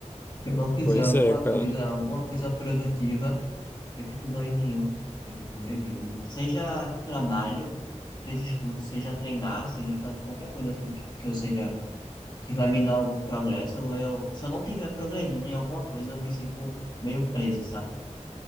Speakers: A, on the left (about 35°); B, on the left (about 15°).
A: se eu não fizer
B: Pois
A: alguma
B: é, cara.
A: coisa, alguma coisa produtiva, Eu fico doidinho. Eu fico doidinho. Seja trabalho, seja estudo, seja treinar, seja fazer qualquer coisa assim, que que eu seja, que vai me dar algum progresso, eu, se eu não tiver progredindo em alguma coisa, eu me sinto meio preso, sabe?